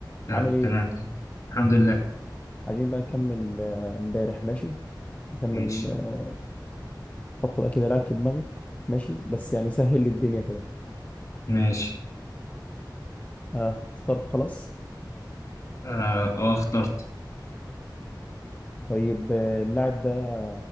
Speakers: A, on the left; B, on the left.
A: تمام
B: عامل ايه؟
A: تمام. الحمد لله
B: عايزين بقى نكمل آه، امبارح ماشي؟ نكمل
A: ماشي
B: آه، حط بقى كده لعب في دماغك ماشي؟ بس يعني سهل لي الدنيا كده
A: ماشي
B: اه اخترت خلاص
A: اه آه، اخترت
B: طيب آه، اللاعب ده